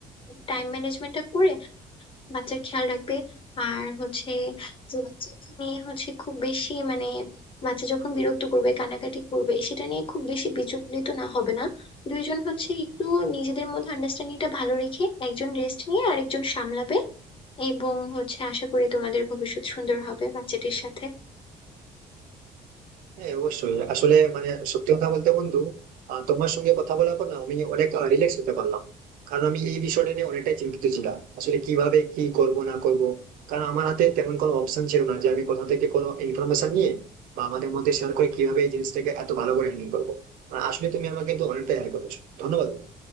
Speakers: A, on the left; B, on the right.
A: টাইম ম্যানেজমেন্টটা করে বাচ্চার খেয়াল রাখবে আর হচ্ছে যে বাচ্চাকে নিয়ে হচ্ছে খুব বেশি মানে বাচ্চা যখন বিরক্ত করবে কানাকাটি করবে সেটা নিয়ে খুব বেশি বিচলিত না হবে না দুইজন হচ্ছে একটু নিজেদের মধ্যে আন্ডারস্ট্যান্ডিংটা ভালো রেখে একজন রেস্ট নিয়ে আরেকজন সামলাবে এবং হচ্ছে আশা করি তোমাদের ভবিষ্যৎ সুন্দর হবে বাচ্চাটির সাথে
B: হ্যাঁ অবশ্যই আসলে মানে সত্যি কথা বলতে বন্ধু আহ, তোমার সঙ্গে কথা বলার পর না আমি অনেক রিল্যাক্স হতে পারলাম কারণ আমি এই বিষয়টা নিয়ে অনেকটাই চিন্তিত ছিলাম আসলে কিভাবে কি করব না করব কারণ আমার হাতে তেমন কোনো অপশন ছিল না যে আমি কোথা থেকে কোনো ইনফরমেশন নিয়ে বা আমাদের মধ্যে শেয়ার করে কিভাবে এই জিনিসটাকে এত ভালো করে হ্যান্ডেল করবো আর আসলে তুমি আমাকে কিন্তু অনেকটা হেল্প করেছো ধন্যবাদ বন্ধু।